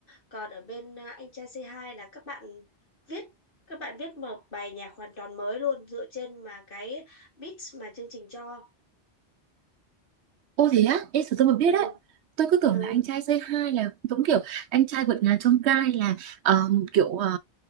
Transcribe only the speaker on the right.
ô thế á ê sao tôi mà biết
đấy tôi cứ tưởng
là anh trai Say Hi là giống kiểu anh trai vượt ngàn chông gai là ờ, kiểu ờ,